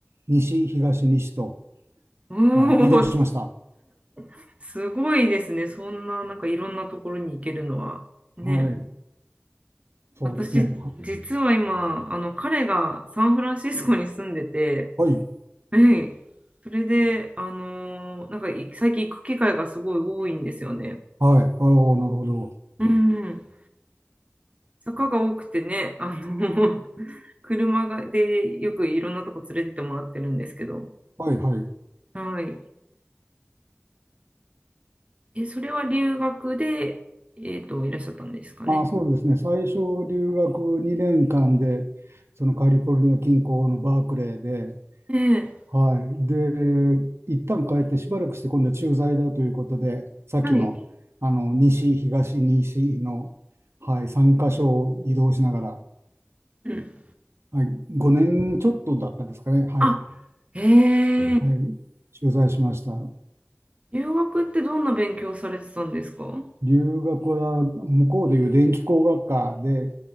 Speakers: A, on the right; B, on the right.
A: 西、東、西と、
B: おー、
A: はい、移動しました。
B: す <laughs> すごいですね。そんな、なんかいろんなところに行けるのは。ね。
A: はい、そうですね。
B: 私、実は今、あの、彼がサンフランシスコに住んでて、
A: はい、
B: はい。それで、あのーなんかい最近行く機会がすごい多いんですよね。
A: はい、ああ、なるほど。
B: うんうん。坂が多くてね、あの <laughs> 車がでよくいろんなとこ連れてってもらってるんですけど、
A: はい、はい。
B: はい。え、それは留学で、えっと、いらっしゃったんですかね。
A: ああ、そうですね。最初、留学2年間で、そのカリフォルニア近郊のバークレーで、
B: ええ、
A: はい。で、一旦帰ってしばらくして今度は駐在だということで、さっきの、
B: はい。
A: あの西、東、西の、はい、3箇所を移動しながら、
B: うん。
A: はい、5年ちょっとだったんですかね。はい。
B: あ、へえ、
A: はい。駐在しました。
B: 留学ってどんな勉強されてたんですかは
A: 留学は向こうでいう電気工学科で、